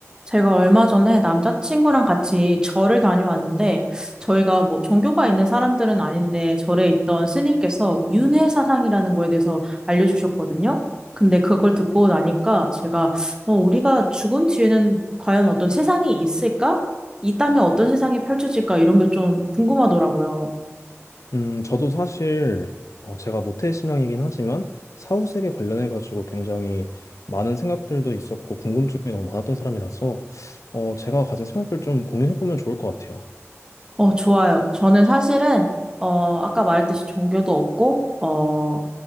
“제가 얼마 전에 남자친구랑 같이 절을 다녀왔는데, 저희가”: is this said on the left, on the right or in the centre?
Right